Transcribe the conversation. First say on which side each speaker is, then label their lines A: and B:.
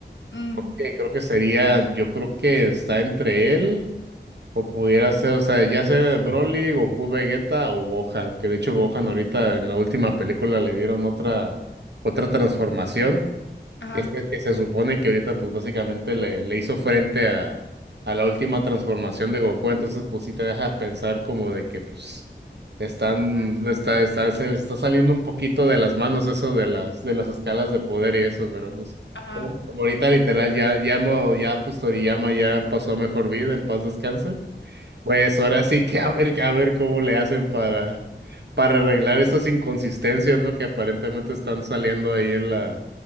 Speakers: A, on the left; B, on the right.
A: Mm,
B: que creo que sería, yo creo que está entre él o pudiera ser, o sea, ya sea Broly, Goku, Vegeta o Gohan, que de hecho Gohan ahorita en la última película le dieron otra otra transformación
A: ajá.
B: que se, que se supone que ahorita pues básicamente le, le hizo frente a, a la última transformación de Goku, entonces pues sí te deja pensar como de que pues están,
A: ajá,
B: está, está, se les está saliendo un poquito de las manos eso de las, de las escalas de poder y eso, pero pues
A: Ajá.
B: como, como ahorita literal ya, ya no, ya pues Toriyama ya pasó a mejor vida, en paz descanse. Pues ahora sí que <laughs> a ver, a ver cómo le hacen para, para arreglar esas inconsistencias, ¿no? Que aparentemente están saliendo ahí en la,